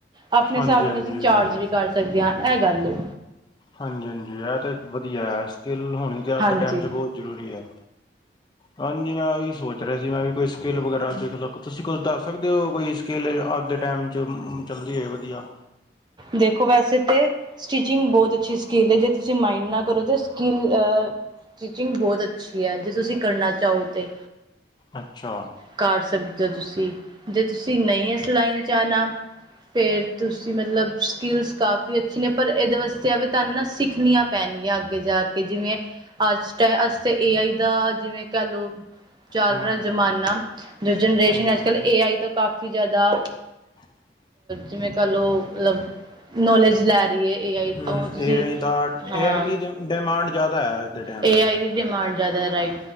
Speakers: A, on the right; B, on the left.
A: ਆਪਣੇ
B: ਹਾਂਜੀ
A: ਹਿਸਾਬ ਨਾਲ
B: ਹਾਂਜੀ
A: ਅਸੀਂ ਚਾਰਜ ਵੀ ਕਰ ਸਕਦੇ ਹਾਂ ਇਹ ਗੱਲ ਏ।
B: ਹਾਂਜੀ -ਹਾਂਜੀ, ਇਹ ਤੇ ਵਧੀਆ ਐ। ਸਕਿੱਲ ਹੋਣੀ ਤੇ ਅੱਜ
A: ਹਾਂਜੀ
B: ਦੇ ਟਾਈਮ ਚ ਬਹੁਤ ਜ਼ਰੂਰੀ ਹੈ। ਹਾਂਜੀ, ਮੈਂ ਉਹੀ ਸੋਚ ਰਿਹਾ ਸੀ ਮੈਂ ਵੀ ਕੋਈ ਸਕਿੱਲ ਵਗੈਰਾ ਸਿੱਖ ਲਾਂ ਤੁਸੀਂ ਕੁਝ ਦੱਸ ਸਕਦੇ ਹੋ? ਕੋਈ ਸਕਿੱਲ ਅੱਜ ਦੇ ਟਾਈਮ 'ਚ ਚੱਲਦੀ ਹੋਏ ਵਧੀਆ।
A: ਦੇਖੋ ਵੈਸੇ ਤੇ। ਸਟਿਚਿੰਗ ਬਹੁਤ ਅੱਛੀ ਸਕਿੱਲ ਹੈ। ਜੇ ਤੁਸੀਂ ਮਾਈਂਡ ਨਾ ਕਰੋ ਤਾਂ ਸਕਿੱਲ ਅ ਟੀਚਿੰਗ ਬਹੁਤ ਅੱਛੀ ਹੈ। ਜੇ ਤੁਸੀਂ ਕਰਨਾ ਚਾਹੋ ਤੇ।
B: ਅੱਛਾ!
A: ਕਰ ਸਕਦੇ ਹੋ ਤੁਸੀਂ, ਜੇ ਤੁਸੀਂ ਨਹੀਂ ਇਸ ਲਾਈਨ 'ਚ ਆਉਣਾ। ਫੇਰ ਤੁਸੀਂ ਮਤਲਬ ਸਕਿੱਲਸ ਕਾ ਵੀ ਅੱਛੀ ਨੇ ਪਰ ਇਹਦੇ ਵਾਸਤੇ ਵੀ ਤੁਹਾਨੂੰ ਨਾ ਸਿੱਖਣੀਆਂ ਪੈਣੀਆਂ ਅੱਗੇ ਜਾ ਕੇ। ਜਿਵੇਂ ਅੱਜ ਟ ਅਜ ਤੇ ਏ ਆਈ ਦਾ ਜਿਵੇਂ ਕਹਿ ਲਓ। ਚੱਲ
B: ਹੂੰ
A: ਰਿਹਾ ਜ਼ਮਾਨਾ ਜੋ ਜਨਰੇਸ਼ਨ
B: ਹਾਂਜੀ
A: ਅੱਜ
B: ਹਾਂਜੀ
A: -ਕੱਲ੍ਹ ਏ ਆਈ ਤੋਂ ਕਾਫ਼ੀ ਜ਼ਿਆਦਾ
B: <unintelligible>
A: ਜਿਵੇਂ ਕਹਿ ਲਓ ਮਤਲੱਬ- ਨੌਲੇਜ ਲੈ ਰਹੀ ਹੈ ਏ ਆਈ
B: ਹੂੰ
A: ਤੋਂ ਤੁਸੀਂ,
B: ਏ ਆਈ ਦਾ
A: ਹਾਂ।
B: ਏ ਆਈ ਦੀ ਡਿਮਾਂਡ ਜ਼ਿਆਦਾ ਹੈ ਅੱਜ ਦੇ ਟਾਈਮ
A: ਏ
B: 'ਚ
A: ਆਈ ਦੀ ਡਿਮਾਂਡ ਜ਼ਿਆਦਾ, ਰਾਈਟ